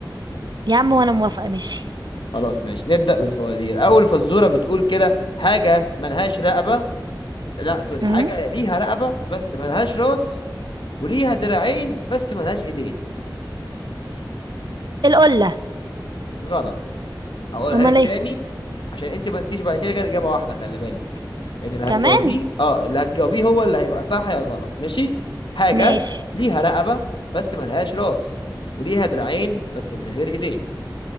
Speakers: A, on the right (about 65°); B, on the left (about 80°).
A: يا عم وانا موافقة ماشي
B: خلاص ماشي نبدا بالفوازير اول فزوره بتقول كده حاجه ملهاش رقبه لا سوري
A: امم
B: حاجه ليها رقبه بس ملهاش راس وليها دراعين بس ملهاش ايدين
A: القلة
B: غلط هقولها
A: امال
B: لك
A: ايه
B: تاني عشان انت ما تجيش بعد كده غير اجابه واحده خلي بالك يعني اللي
A: كمان
B: هتجاوبيه اه اللي هتجاوبيه هو اللي هيبقى صح يا غلط ماشي حاجه
A: ماشي
B: ليها رقبه بس ملهاش راس وليها دراعين بس من غير ايدين